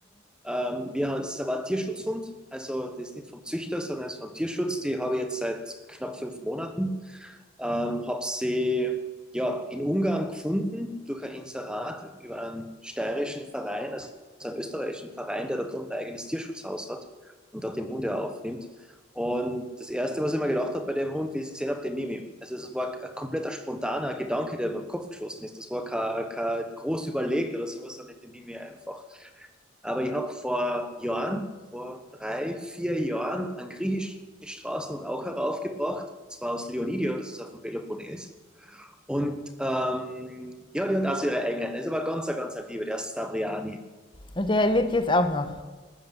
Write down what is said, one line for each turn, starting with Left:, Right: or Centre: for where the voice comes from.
Centre: Ähm, wir, es ist aber ein Tierschutzhund, also das ist nicht vom Züchter, sondern es ist vom Tierschutz. Die habe ich jetzt seit knapp fünf Monaten. Ähm, habe sie ja, in Ungarn gefunden durch ein Inserat über einen steirischen Verein, also einen österreichischen Verein, der dort unten ein eigenes Tierschutzhaus hat und dort den Hund ja aufnimmt. Und das Erste, was ich mir gedacht habe bei dem Hund, wie ich es gesehen habe, den nehme ich. Also das war ein kompletter spontaner Gedanke, der mir im Kopf geschossen ist. Das war kein, kein groß überlegt oder sowas, sondern den nehme ich einfach. Aber ich habe vor Jahren, vor drei, vier Jahren, einen griechischen Straßen und auch heraufgebracht, und zwar aus Leonidio, das ist auf dem Peloponnes. Und ähm, ja, die hat auch so ihre Eigenheiten. Das ist aber ganz, ganz eine Liebe, der ist Stavriani.
Left: Und der lebt jetzt auch noch.